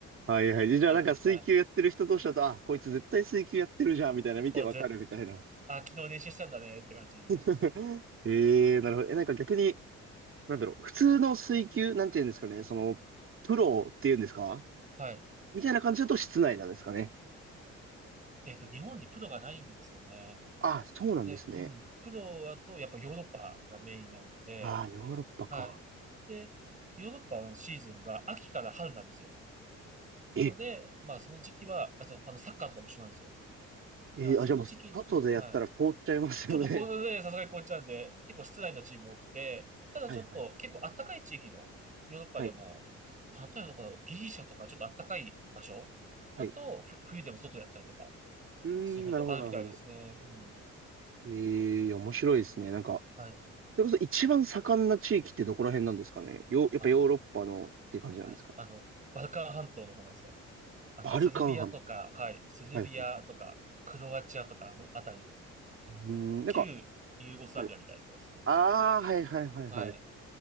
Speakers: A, on the right; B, on the right.
A: はいはい。
B: <laughs>
A: じゃあなんか水球やってる人同士だと、
B: ありますね。
A: あ、こいつ絶対水球やってるじゃん、みたいな見てわかるみたいな。
B: そう、ぜ、あ、昨日練習したんだねって感じになりますね。
A: <laughs> えー、なるほど。え、なんか逆に、なんだろう。普通の水球、なんていうんですかね。その、プロっていうんですか
B: はい。
A: みたいな感じだと室内なんですかね。
B: えっと、日本にプロがないんですよね。
A: あ、そうなんですね。
B: で、うん、プロだとやっぱヨーロッパがメインなので、
A: ああ、ヨーロッパか。
B: はい。で、ヨーロッパのシーズンが秋から春なんですよ。なので、
A: え
B: まあその時期は、あ、そのあのサッカーとかと一緒なんですよ。
A: えーあ、
B: だからその時期、
A: じゃあもう、外でやったら凍っちゃいますよね。
B: はい。ちょっとこれでさすがにこういっちゃうんで、結構室内のチーム多くて、
A: <laughs>
B: ただちょっと結構あったかい地域のヨーロッパでも、
A: はいはい。はい。
B: 例えばどこだろう、ギリシャとかちょっとあったかい場所だと、
A: はい。
B: ふ冬でも外でやったりとか、
A: うーん、
B: することあるみたいですね。
A: なるほど、なるほど。
B: うん。
A: ええー、面白いですね。なんか、
B: はい。
A: それこそ一番盛んな地域ってどこら辺なんですかね。よ、やっぱヨーロッパのっていう感じなんですか。
B: あの、はい。あの、バルカン半島の方なんですよ。あの、
A: バルカン半。
B: セルビアとか、はい。セルビアとか、
A: はいはい。
B: クロアチアとか、あのあたりですね。
A: うーん、なんか、
B: 旧ユーゴスラビアみたいなところですね。
A: はい。ああ、はいはいはいはい。
B: はい。